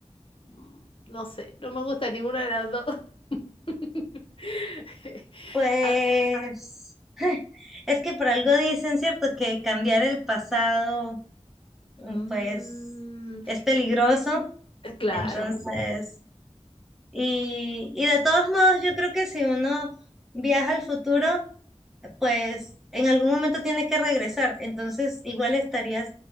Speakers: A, on the left; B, in the centre.
A: mm, no sé, no me gusta ninguna de las dos. <laughs>
B: Pues,
A: Ah,
B: <laughs> es que por algo dicen, ¿cierto? Que cambiar el pasado, mm,
A: mm,
B: pues, es peligroso,
A: claro,
B: entonces... Y, y de todos modos, yo creo que si uno viaja al futuro, pues en algún momento tiene que regresar. Entonces, igual estarías